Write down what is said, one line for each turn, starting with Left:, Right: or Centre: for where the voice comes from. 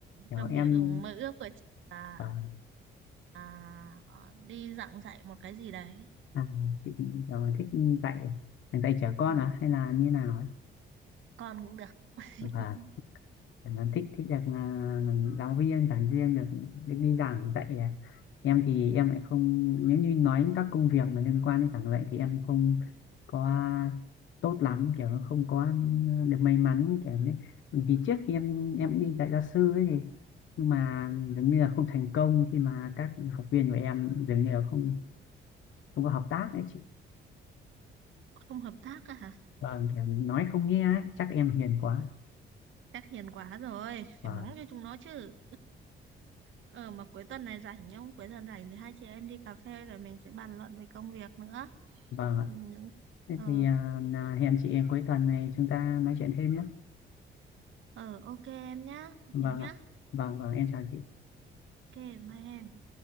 Left: Kiểu
Right: trong
Left: em
Right: việc ừ, mơ ước của chị là
Left: vâng,
Right: à, ờ, đi giảng dạy một cái gì đấy
Left: à, chị kiểu thích dạy dạy trẻ con
Right: ừ,
Left: à hay là như nào ấy?
Right: con cũng được <laughs>
Left: Vâng, em thích thích được à, làm giáo viên giảng viên được được đi giảng dạy à. em thì em lại không nếu như nói các công việc mà liên quan đến giảng dạy thì em không có tốt lắm kiểu không có được may mắn kiểu đấy Bởi vì trước khi em em đi dạy gia sư ấy thì nhưng mà dường như là không thành công khi mà các học viên của em dường như là không không có hợp tác ấy chị
Right: không hợp tác à hả
Left: vâng kiểu nói không nghe ấy. chắc em hiền quá
Right: chắc hiền quá rồi
Left: vâng
Right: phải mắng cho chúng nó chứ ờ mà cuối tuần này rảnh không cuối tuần rảnh thì hai chị em đi cà phê rồi mình sẽ bàn luận về công việc nữa
Left: vâng
Right: Ừ, những
Left: Thế
Right: ờ
Left: thì à, là hẹn chị cuối tuần này chúng ta nói chuyện thêm nhé.
Right: ờ ok em nhá
Left: Vâng
Right: thế nhá
Left: ạ. Vâng, vâng, em chào chị.
Right: ok bye em